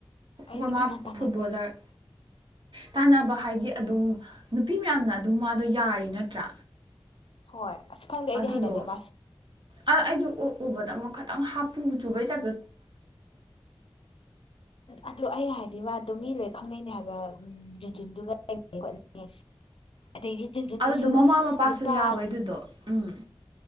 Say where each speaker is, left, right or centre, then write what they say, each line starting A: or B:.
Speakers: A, on the left (about 80°); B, on the right (about 60°).
A: ꯑꯩꯗꯤ
B: ꯍꯣꯏꯃꯥ
A: ꯀꯅꯥ ꯇꯥꯟꯅꯒꯦ
B: ꯐꯨꯠꯕꯣꯂꯔ ꯇꯥꯟꯅꯕ ꯍꯥꯏꯗꯤ ꯑꯗꯨꯝ ꯅꯨꯄꯤ ꯃꯌꯥꯝꯅ ꯑꯗꯨꯝ ꯃꯥꯗꯣ ꯌꯥꯔꯤ ꯅꯠꯇ꯭ꯔꯥ
A: ꯍꯣꯏ ꯑꯁ ꯈꯪꯗꯦ ꯑꯩꯗꯤ
B: ꯑꯗꯨꯗꯣ
A: ꯍꯩꯅꯗꯦ ꯃꯥꯁꯦ
B: ꯑ ꯑꯩꯗ ꯎꯕꯗ ꯑꯃꯨꯛ ꯈꯇꯪ ꯍꯥꯞ ꯄꯨꯖꯕꯩ ꯇ
A: ꯑꯗꯨ ꯑꯩ ꯍꯥꯏꯅꯤ ꯃꯥ ꯑꯗꯨꯣ ꯃꯤ ꯂꯣꯏ ꯈꯪꯅꯩꯅꯦ ꯍꯥꯏꯕ ꯎ ꯖꯨꯟꯖꯨꯟꯗꯨꯒ ꯂꯩ ꯑꯗꯩ ꯖꯨꯟꯖꯨꯟꯗꯨꯁꯨ
B: ꯑꯗꯨꯗꯣ ꯃꯃꯥ ꯃꯄꯥꯁꯨ
A: ꯅꯨꯄꯥ
B: ꯌꯥꯎꯋꯦ ꯑꯗꯨꯗꯣ ꯎꯝ